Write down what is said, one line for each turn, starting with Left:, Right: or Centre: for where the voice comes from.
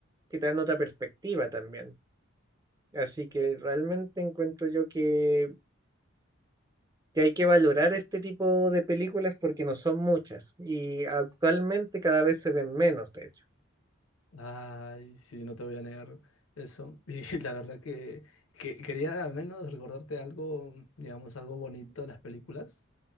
Right: que te dan otra perspectiva también. Así que realmente encuentro yo que que hay que valorar este tipo de películas porque no son muchas y actualmente cada vez se ven menos, de hecho.
Left: Ay, sí, no te voy a negar eso. <laughs> Y la verdad que, que quería al menos recordarte algo, digamos, algo bonito de las películas.